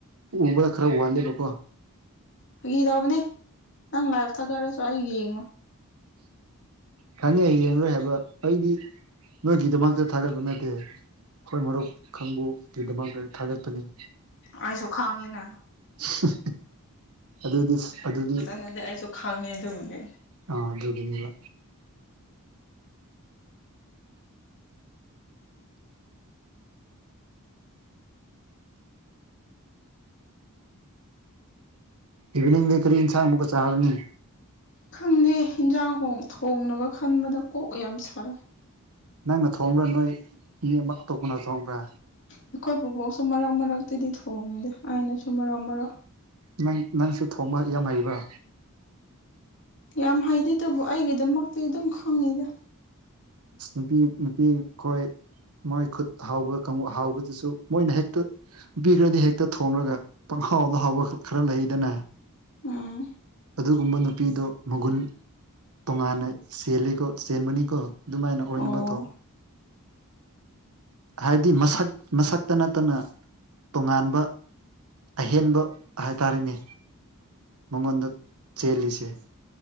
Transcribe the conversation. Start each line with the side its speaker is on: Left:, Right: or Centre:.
Right: ꯎꯕꯗ ꯈꯔ ꯋꯥꯠꯂꯦꯕꯀꯣ
Left: ꯐꯥꯒꯤ ꯇꯧꯕꯅꯦ ꯅꯪ ꯂꯥꯏꯐ ꯊꯥꯒꯠꯂꯁꯨ ꯑꯩ ꯌꯦꯡꯉꯣꯏ
Right: ꯈꯪꯉꯦ ꯌꯦꯡꯔꯣꯢ ꯍꯥꯢꯕ ꯑꯩꯗꯤ ꯅꯣꯢꯒꯤꯗꯃꯛꯇ ꯊꯥꯒꯠꯄ ꯅꯠꯇꯦ ꯑꯩꯈꯣꯢ ꯃꯔꯨꯞ ꯈꯥꯡꯕꯨ ꯒꯤꯗꯃꯛꯇ ꯊꯥꯒꯠꯄꯅꯤ
Left: ꯑꯩꯁꯨ ꯈꯪꯉꯤꯅ
Right: ꯍꯨꯝ ꯑꯗꯨꯗꯤ ꯑꯗꯨꯗꯤ
Left: ꯅꯥꯪꯗꯤ ꯑꯩꯁꯨ ꯈꯪꯉꯦ ꯑꯗꯨꯕꯨꯗꯤ
Right: ꯑꯥ ꯑꯗꯨꯒꯤꯅꯦꯕ ꯏꯕꯤꯅꯤꯡꯗꯤ ꯀꯔꯤ ꯏꯟꯁꯥꯡ ꯑꯃꯨꯛꯀ ꯆꯥꯔꯅꯤ
Left: ꯈꯪꯗꯦ ꯍꯟꯖꯥꯡ ꯍꯣꯡ ꯊꯣꯡꯅꯕ ꯈꯟꯕꯗ ꯀꯣꯛ ꯌꯥꯝ ꯁꯥꯏ
Right: ꯅꯪꯅ ꯊꯣꯡꯕ꯭ꯔꯥ ꯅꯣꯏ ꯃꯤ ꯑꯃ ꯑꯇꯣꯞꯄꯅ ꯊꯣꯡꯕ꯭ꯔꯥ
Left: ꯑꯩꯈꯣꯏ ꯕꯨꯕꯣꯛꯁꯨ ꯃꯔꯛ ꯃꯔꯛꯇꯗꯤ ꯊꯣꯡꯉꯤꯗ ꯑꯩꯅꯁꯨ ꯃꯔꯛ ꯃꯔꯛ
Right: ꯅꯪ ꯅꯪꯁꯨ ꯊꯣꯡꯕ ꯌꯥꯝ ꯍꯩꯕ꯭ꯔꯥ
Left: ꯌꯥꯝ ꯍꯥꯏꯗꯦ ꯑꯗꯨꯕꯨ ꯑꯩꯒꯤꯗꯃꯛꯇꯤ ꯑꯗꯨꯝ ꯈꯪꯅꯤꯗ
Right: ꯑꯁ ꯅꯨꯄꯤ ꯅꯨꯄꯤ ꯈꯣꯏ ꯃꯣꯏ ꯈꯨꯠ ꯍꯥꯎꯕ ꯀꯥꯡꯕꯨ ꯍꯥꯎ ꯍꯥꯎꯕꯗꯁꯨ ꯃꯣꯏꯅ ꯍꯦꯛꯇ ꯅꯨꯄꯤꯈ꯭ꯔꯗꯤ ꯍꯦꯛꯇ ꯊꯣꯡꯔꯥꯒ ꯄꯪꯍꯥꯎꯗ ꯍꯥꯎꯕ ꯈꯔ ꯂꯩꯗꯅ
Left: ꯎꯝ
Right: ꯑꯗꯨꯒꯨꯝꯕ ꯅꯨꯄꯤꯗꯣ ꯃꯒꯨꯟ ꯇꯣꯉꯥꯟꯅ ꯆꯦꯂꯤꯀꯣ ꯆꯦꯟꯕꯅꯤꯀꯣ ꯑꯗꯨꯃꯥꯏꯅ ꯑꯣꯏꯅꯕ
Left: ꯑꯣ
Right: ꯇꯧ ꯍꯥꯏꯗꯤ ꯃꯁꯛ ꯃꯁꯛꯇ ꯅꯠꯇꯅ ꯇꯣꯉꯥꯟꯕ ꯑꯍꯦꯟꯕ ꯍꯥꯏꯇꯥꯔꯦꯅꯦ ꯃꯉꯣꯟꯗ ꯆꯦꯜꯂꯤꯁꯦ